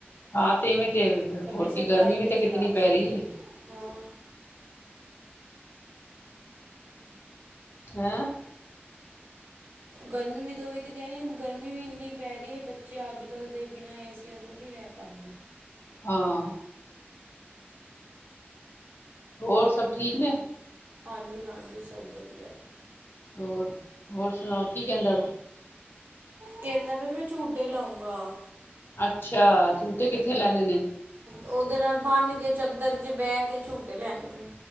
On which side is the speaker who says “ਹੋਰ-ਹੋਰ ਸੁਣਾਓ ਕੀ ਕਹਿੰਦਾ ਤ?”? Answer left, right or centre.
Left